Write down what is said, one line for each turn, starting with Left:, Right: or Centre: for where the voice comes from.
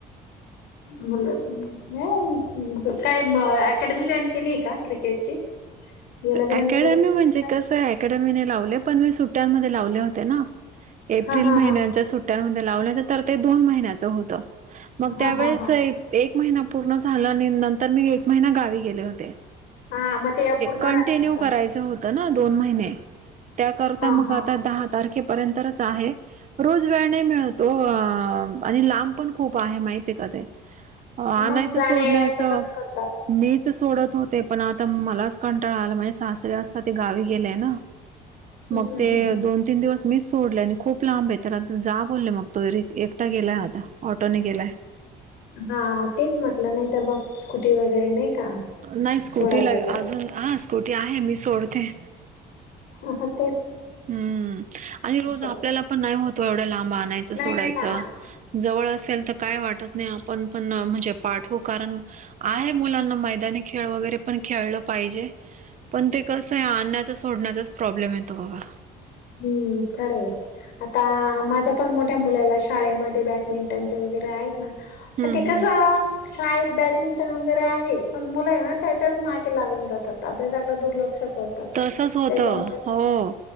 Left: <inaudible> काय मं.. अकॅडमी जॉईन केलीय का क्रिकेटची याला जॉईन
Right: अकॅडमी
Left: केलेल
Right: म्हणजे
Left: काय?
Right: कसंय अकॅडमी नाय लावले पण मी सुट्ट्यांमध्ये लावले होते ना. एप्रिल
Left: हा हा
Right: महिन्यांच्या
Left: हा
Right: सुट्ट्यांमध्ये लावल्याव त्या तर ते दोन महिन्याच होतं. मग
Left: हा
Right: त्यावेळेस
Left: हा हा.
Right: ए-एक महिना पूर्ण झाला आणि नंतर मी एक महिना गावी गेले होते.
Left: हा म ते
Right: कंटिन्यू
Left: राहिलेलं
Right: करायचं होतं ना दोन महिने. त्याकरता
Left: हा
Right: मग
Left: हा.
Right: आता दहा तारखेपर्यंतच आहे. रोज वेळ नाही मिळत ओ. आ आणि लांब पण खूप आहे माहिती आहे का ते. आणायचं
Left: मग जाण्या
Right: सोडण्याचं
Left: येण्याचं कसं करतात?
Right: मीच सोडत होते. पण आता मलाच कंटाळा आलाय. माझे सासरे असतात ते गावी गेले ना.
Left: हम्म,
Right: मग
Left: हम्म,
Right: ते
Left: हम्म,
Right: दोन तीन दिवस मिस सोडलंय आणि खूप लांबय तर आता जा बोलले मग तो रि- एकटा गेलाय आता. ऑटोने गेलाय.
Left: हा तेच म्हटलं, नाही तर मग स्कुटी वगैरे नाही का
Right: नाही स्कूटीला
Left: सोडायला जाय
Right: अजून ह स्कूटी आहे. मी सोडते.
Left: <inaudible>
Right: हम्म आणि रोज
Left: असं
Right: आपल्याला पण नाही होत ओ एवढ्या लांब आणायचं
Left: नाही
Right: सोडायचं
Left: ना
Right: जवळ असेल तर काय वाटत नाय आपण पण म्हणजे पाठवू कारण आहे मुलांना मैदानी खेळ वगैरे पण खेळलं पाहिजे. पण ते कसं आहे आणण्याचं सोडण्याचाच प्रॉब्लेम येतो बघा.
Left: हम्म खरंय आता माझ्या पण मोठ्या मुलाला शाळेमध्ये बॅडमिंटनच्या व वगैरे आहेत ना.
Right: हम्म
Left: पण ते कसं
Right: हम्म
Left: शाळेत बॅट मिंटन वगैरे आहे. पण मुलंय ना त्याच्याच मागे लागून जातात अभ्यासाकडे दुर्लक्ष करतात.
Right: तसच होतं
Left: त्याच्यामुळे
Right: हो.